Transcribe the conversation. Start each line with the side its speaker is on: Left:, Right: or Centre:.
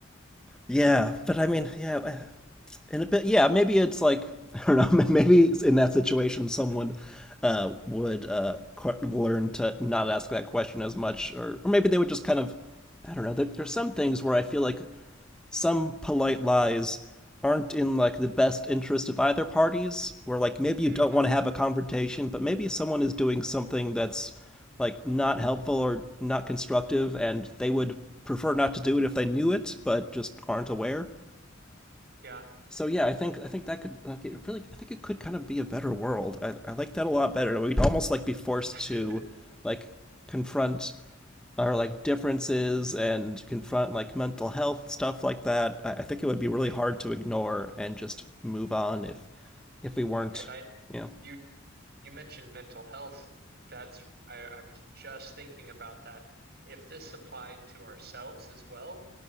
Centre: Yeah, but I
Right: Uh,
Centre: mean, yeah, uh, in a bit. Yeah, maybe it's like <laughs> I don't know. <laughs> Maybe in that situation, someone uh, would uh, qu- learn to not ask that question as much, or or maybe they would just kind of. I don't know. There, there's some things where I feel like some polite lies aren't in like the best interest of either parties where like maybe you
Right: hmm
Centre: don't want to have a confrontation but maybe someone is doing something that's like not helpful or not constructive and they would prefer not to do it if they knew it but just aren't aware
Right: Yeah.
Centre: so yeah, I think I think that could like it really I think it could kind of be a better world. I, I like that a lot better. We'd almost like be forced
Right: <laughs>
Centre: to like confront our like differences and confront like mental health stuff like that. I, I think it would be really
Right: hmm
Centre: hard to ignore and just move on if if we weren't,
Right: And I,
Centre: you know.
Right: you, you mentioned mental health. That's, I, I was just thinking about that. If this applied to ourselves as well,